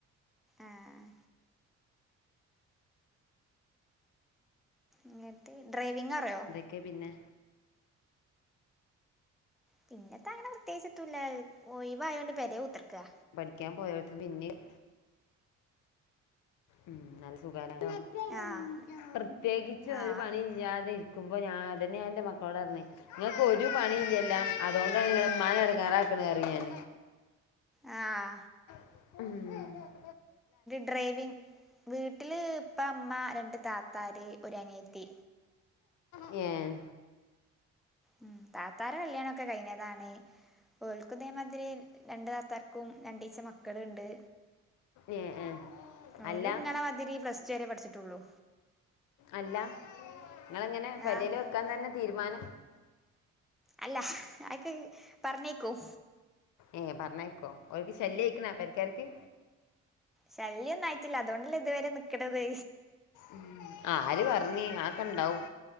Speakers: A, in the centre; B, on the left.
A: ആഹ് ഇങ്ങക്ക് ഡ്രൈവിംഗ് അറിയുമോ.
B: ഓക്കെ പിന്നെ
A: പിന്നന്താ അങ്ങനെ പ്രത്യേകിച്ചൊന്നുല്ല. ഒഴിവായോണ്ട് പുരയിൽ കുത്തിരിക്കുക.
B: കുളിക്കാൻ പോയടത്തൂന്ന് പിന്നെയും ഉം നല്ല സുഖം.
A: ആഹ്
B: പ്രത്യേകിച്ച് ഒരു
A: ആഹ്
B: പണി ഇല്ലാതിരിക്കുക ക്കുമ്പോ ഞാൻ അതന്നെയാ എന്റെ മക്കളോട് പറഞ്ഞ നിങ്ങക്ക് ഒരു പണി ഇല്ലെല്ലോ. അതുകൊണ്ടാണ് നിങ്ങള് ഉമ്മാന എടങ്ങാറാക്കണെന്ന് പറയും ഞാൻ.
A: ആഹ
B: ഉം
A: ഡ്രൈവിങ്.. വീട്ടില് ഇപ്പം അമ്മ രണ്ട് താത്തമാര്, ഒര് അനിയത്തി.
B: ഏ
A: ഉം താത്തമാരെ കല്യാണം കഴിഞ്ഞതാണ്. ഓൽക്കു ഇതേമാതിരി രണ്ട് താത്താർക്കും രണ്ടീസം കൊ മക്കളുണ്ട്.
B: ഏ ഏ. അല്ല
A: ഓലും ഇങ്ങളെ മാതിരി പ്ലസ് ടു വരെ പഠിച്ചിട്ടുള്ളു.
B: അല്ല. നിങ്ങളങ്ങനെ പൊരയിൽ
A: ആഹ്
B: വെക്കാൻ തന്നെ തീരുമാനം.
A: അല്ല. ഹ്ഹി.. അതൊക്കെ പറഞ്ഞേക്കും.
B: ഏ പറഞ്ഞേക്കോ, അവർക്ക് ശല്യം ആയിരിക്കണാ പൊരക്കാർക്ക്.
A: ശല്യൊന്നും ആയിട്ടില്ല. അതുകൊണ്ടല്ല ഇതുവരെ നിക്കണത്
B: ഉം. ആര് പറഞ്ഞ് അതൊക്കെ ഇണ്ടാവും